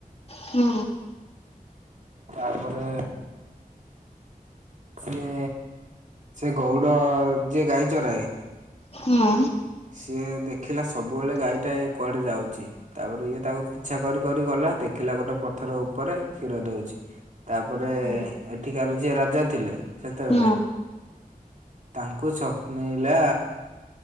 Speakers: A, on the left; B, on the right.
A: ହୁଁ
B: ତାପରେ ସିଏ ସେ ଗଉଡ ଯିଏ ଗାଈ ଚରାଏ।
A: ହୁଁ ହୁଁ
B: ସିଏ ଦେଖିଲା ସବୁବେଳେ ଗାଈ ଟା କୁଆଡେ ଯାଉଛି ତାପରେ ଇଏ ତାକୁ ପିଛା କରି କରି ଗଲା। ଲା ଦେଖିଲା ଗୋଟେ ପଥର ଉପରେ କ୍ଷୀର ଦଉଛି। ତାପରେ
A: ହୁଁ
B: ଏଠିକାର ଯିଏ ରାଜା ଥିଲେ ସେତେବେଳେ।
A: ହୁଁ
B: ତାଙ୍କୁ ସ୍ୱପ୍ନେଇଲା